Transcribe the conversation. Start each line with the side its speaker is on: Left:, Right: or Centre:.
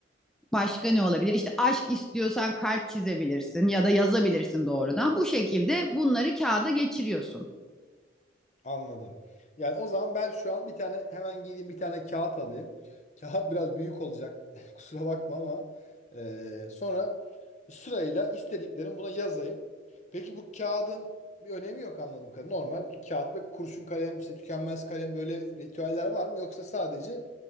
Centre: başka ne olabilir? İşte aşk istiyorsan kalp çizebilirsin ya da yazabilirsin doğrudan. Bu şekilde bunları kağıda geçiriyorsun.
Left: Anladım. Yani o zaman ben şu an bir tane hemen gideyim bir tane kağıt alayım. Kağıt biraz büyük olacak. <laughs> Kusura bakma ama eee, sonra sırayla istediklerimi buna yazayım. Peki bu kağıdın bir önemi yok anladım kadarıyla. Normal bir kağıt ve kurşun kalem işte tükenmez kalem böyle ritüeller var mı? Yoksa sadece